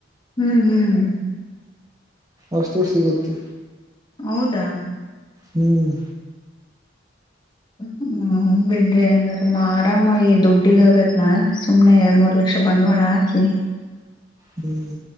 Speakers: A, on the left (about 25°); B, on the right (about 20°).
A: ಹ್ಮ್ ಹ್ಮ್
B: ಔಷಧಿ ಸಿಗುತ್ತೆ.
A: ಹೌದಾ
B: ಹ್ಮ್
A: ಹ್ಮ <unintelligible> ಹ್ಮ್ ಬಿಡ್ರಿ ಹಂಗ್ರ ಆರಾಮಾಗಿ ದುಡ್ಡು ಇರೋದನ್ನ ಸುಮ್ನೆ ಎರಡ್ ಮೂರ್ ಲಕ್ಷ ಬಂಡವಾಳ. ಹಾಕಿ
B: ಹ್ಮ್